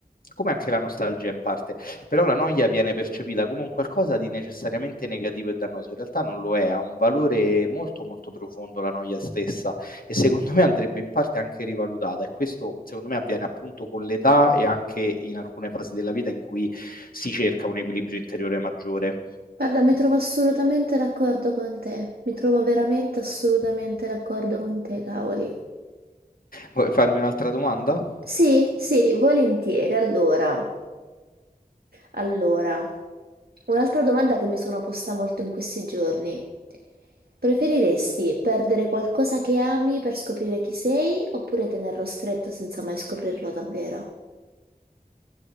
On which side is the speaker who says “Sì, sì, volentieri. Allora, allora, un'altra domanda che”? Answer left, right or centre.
Right